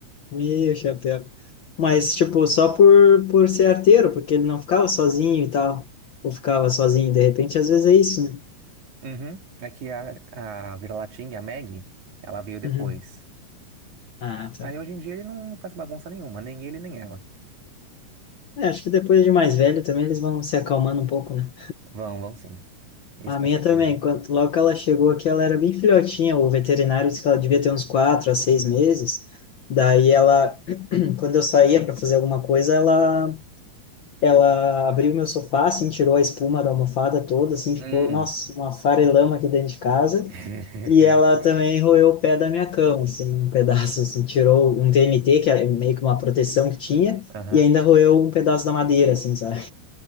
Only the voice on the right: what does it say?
Uhum. É que a, a vira-latinha, a Maggie, ela veio depois.
Aí hoje em dia ele não faz bagunça nenhuma, nem ele nem ela.
Vão, vão sim. Isso
com
certeza.
Hum.
<laughs>
Aham.